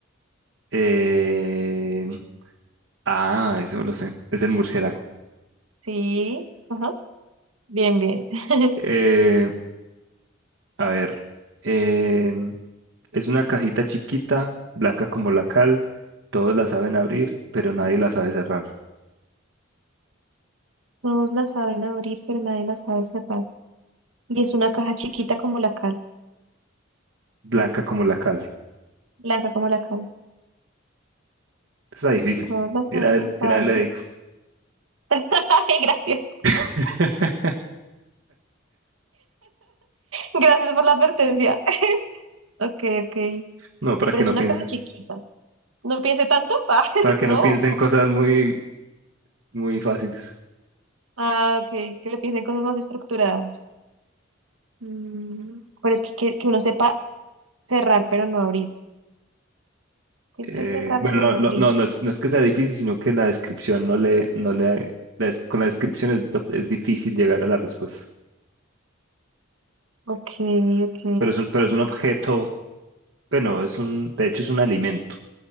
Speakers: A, on the right; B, on the right.
A: Eh, ah, eso me lo sé. Es el murciélago.
B: Sí. Ajá. Bien, bien. <laughs>
A: Eh, a ver. eh, es una cajita chiquita, blanca como la cal. Todos la saben abrir, pero nadie la sabe cerrar.
B: Todos la saben abrir, pero nadie la sabe cerrar. Y es una caja chiquita como la cal,
A: Blanca como la cal.
B: blanca como la cal.
A: Está difícil.
B: Todos la saben
A: Yo una, de
B: abrir.
A: una vez le digo.
B: <laughs> Ay, gracias.
A: <laughs>
B: Gracias por la advertencia. <laughs> Ok, ok.
A: No, para
B: Pero
A: que
B: es
A: no
B: una
A: piensen,
B: caja chiquita. No piense tanto. <laughs> Ah,
A: para que
B: no.
A: no piensen cosas muy muy fáciles.
B: Ah, ok. Que le piensen cosas más estructuradas. Mm, Pero es que, que, que uno sepa cerrar pero no abrir. Que
A: Eh,
B: sé cerrar
A: bueno,
B: pero
A: no,
B: no
A: no,
B: abrir.
A: no, no es, no es que sea difícil, sino que la descripción no le, no le, la des- con la descripción es, es difícil llegar a la respuesta.
B: Ok, ok.
A: Pero es un, pero es un objeto, bueno, es un, de hecho es un alimento